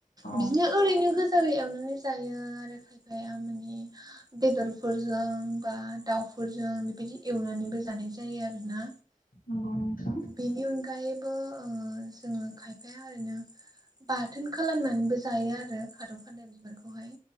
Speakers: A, on the left; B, on the right.
A: औ
B: बिदिनो ओरैनो गोजा एवनानै जायो आरो खायफाया माने बेदर फोरजों बा दाउफोरजों बेबायदि एवनानैबो जानाय जायो आरोना
A: नंगौ नोंथां
B: बेनि अनगायैबो ओ जोङो खायफाया ओरैनो बाथोन खालामनानैबो जायो आरो खारौ खानदाय बिबारखौहाय